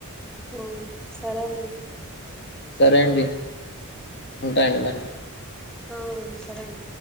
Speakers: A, in the centre; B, on the left.
A: ఆ సరేనండి
B: సరే అండి ఉంటాండి మరి
A: అ అవును సరే అండి